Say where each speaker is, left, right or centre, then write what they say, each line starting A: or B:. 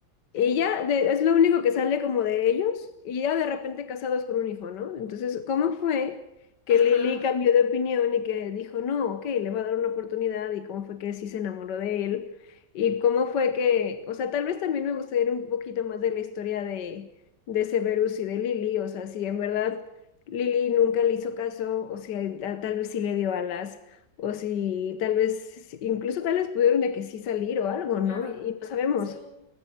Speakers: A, on the left (about 85°); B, on the left (about 65°).
A: Sí.
B: Y ya de- es lo único que sale como de ellos y ya de repente casados con un hijo, ¿no? Entonces, ¿cómo fue que
A: Ajá,
B: Lily cambió de opinión y que dijo, no, ok, le va a dar una oportunidad y cómo fue que sí se enamoró de él? Y cómo fue que, o sea, tal vez también me gustaría un poquito más de la historia de, de Severus y de Lily, o sea, si en verdad Lily nunca le hizo caso, o si a- tal vez sí le dio alas. O si tal vez, incluso tal vez pudieron de que sí salir o algo, ¿no?
A: claro.
B: y y no sabemos.
A: Sí.